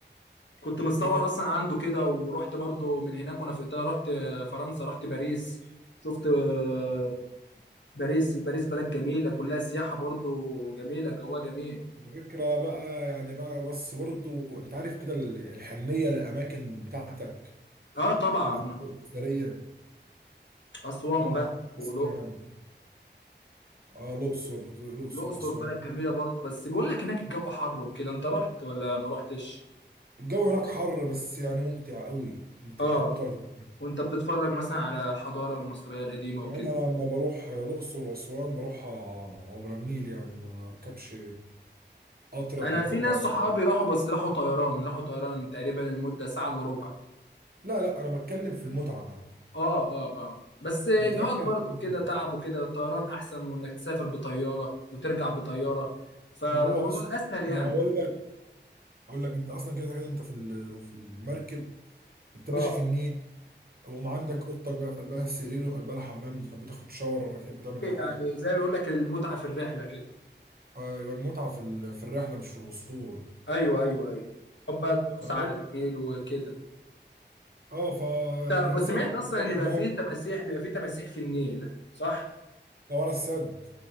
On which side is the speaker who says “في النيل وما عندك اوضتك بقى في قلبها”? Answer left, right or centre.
Right